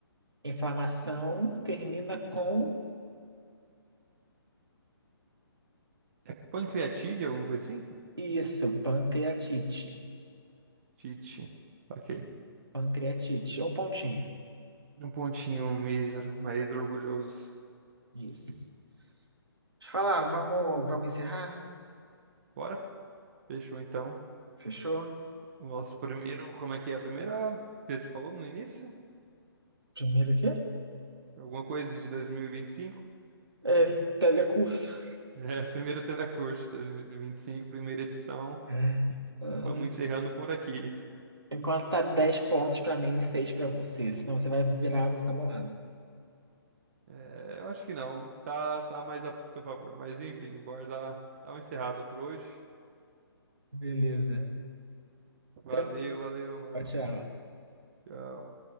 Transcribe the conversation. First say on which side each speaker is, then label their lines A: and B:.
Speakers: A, on the right; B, on the right.
A: Inflamação termina com
B: é pancreatite, alguma coisa assim?
A: isso, pancreatite.
B: Tite. Ok.
A: Pancreatite, um pontinho.
B: Um pontinho mísero, mas orgulhoso.
A: Isso. Deixa eu falar, vamos, vamos encerrar?
B: Bora? Fechou então.
A: Fechou?
B: O nosso primeiro. Como é que é a primeira? que Você falou no início?
A: Primeiro o quê?
B: Alguma coisa de dois mil e e vinte e cinco? <laughs>
A: É telecurso.
B: É, primeiro telecurso de cinco, primeira edição.
A: É. Aham.
B: Vamos encerrando por aqui.
A: Enquanto tá dez pontos pra mim e 6 pra você, senão você vai virar, eu vou ficar bolada.
B: É, eu acho que não. Tá, tá mais a seu favor. Mas enfim, bora dar, dar uma encerrada por hoje.
A: Beleza.
B: Valeu,
A: Até-
B: valeu, mano.
A: Tchau, tchau.
B: Tchau.